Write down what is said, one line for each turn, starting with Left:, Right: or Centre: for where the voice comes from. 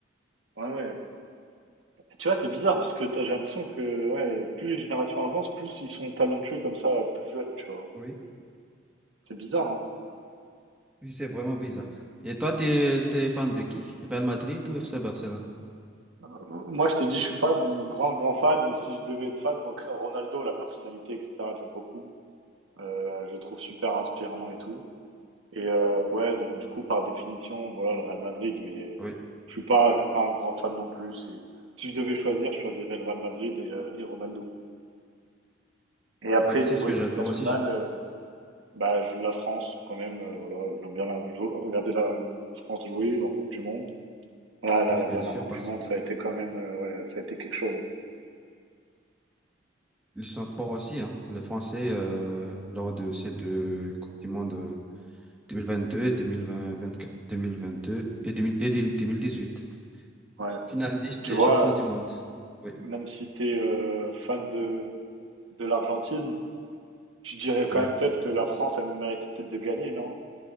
Right: moment-là. Ouais, ouais. Tu vois, c'est bizarre parce que t'as- j'ai l'impression que ouais, plus les générations avancent, plus ils sont talentueux comme ça, euh, plus jeunes, tu vois.
Centre: oui,
Right: C'est bizarre, hein.
Centre: oui, c'est vraiment bizarre. Et toi, tu es, fan de qui? Real Madrid ou FC Barcelone?
Right: Euh, Moi, je te dis, je suis pas de grand, grand fan, mais si je devais être fan, moi, Ronaldo, la personnalité, etc., j'aime beaucoup. Heu, je trouve super inspirant et tout et heu, ouais, donc du coup, par définition, voilà, le Real Madrid, mais
Centre: Oui.
Right: je suis pas je suis pas un grand fan non plus. C'est si je devais choisir, je choisirais le Real Madrid et heu et Ronaldo et après
Centre: Oui, c'est
Right: niveau
Centre: ce que
Right: équipe
Centre: j'adore
Right: nationale,
Centre: aussi. sur-
Right: heu, bah, je la France quand même, heu, voilà, j'aime bien la jou regarder la la France jouer en coupe du monde. Ah là,
Centre: Oui,
Right: la
Centre: bien
Right: dernière
Centre: sûr,
Right: coupe
Centre: parce
Right: du monde, ça a été quand même, heu, ouais, ça a été quelque chose, hein.
Centre: qu'ils sont forts aussi, hein. Les Français, euh, lors de ces deux Coupes du Monde euh, 2022 et 2024, 2022 et, 2000 et 2018.
Right: Ouais.
Centre: Finaliste
Right: Tu
Centre: et
Right: vois,
Centre: champion
Right: heu,
Centre: du monde. Oui,
Right: même si t'es es, fan de de l'Argentine Je dirais quand
Centre: oui.
Right: même peut-être que la France, elle méritait peut-être de gagner, non?